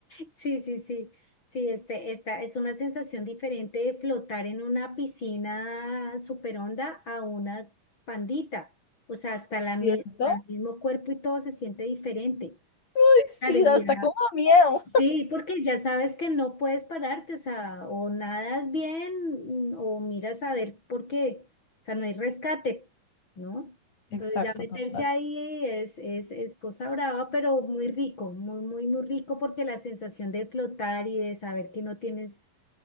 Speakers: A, on the left; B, on the left.
A: Sí, sí, sí. Sí, este, esta es una sensación diferente de flotar en una piscina super honda a una pandita. O sea, hasta, la, mi-
B: ¿Cierto?
A: hasta el mismo cuerpo y todo se siente diferente.
B: <laughs> Ay, sí,
A: Claro, y
B: da hasta
A: ya
B: como miedo.
A: Sí, porque ya sabes que no puedes pararte, o sea, o nadas bien mm, o miras a ver por qué, o sea, no hay rescate, ¿no?
B: Exacto,
A: Entonces ya meterse
B: total.
A: ahí es, es, es cosa brava, pero muy rico, muy, muy, muy rico porque la sensación de flotar y de saber que no tienes